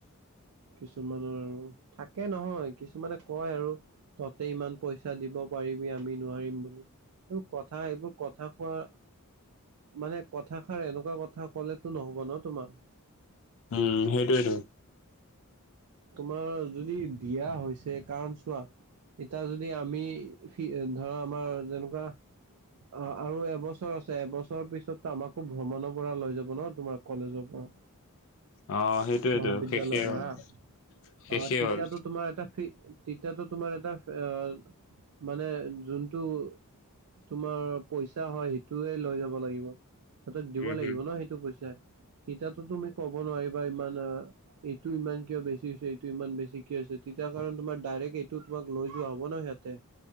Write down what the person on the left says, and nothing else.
উম, সেইটোৱেটো।
অ সেইটোৱেতো
শেষেই
হ'ল শেষেই
হ'ল
উম
হম